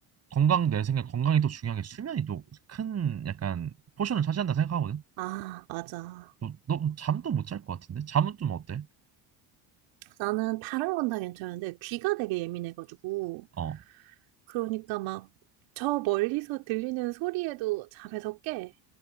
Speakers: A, on the right; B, on the right.
A: 건강 내 생각에 건강이 또 중요한 게 수면이 또 큰 약간 포션을 차지한다 생각하거든.
B: 아, 맞아.
A: 너, 너 잠도 못 잘 것 같은데? 잠은 좀 어때?
B: 나는 다른 건 다 괜찮은데 귀가 되게 예민해가지고.
A: 어,
B: 그러니까 막 저 멀리서 들리는 소리에도 잠에서 깨.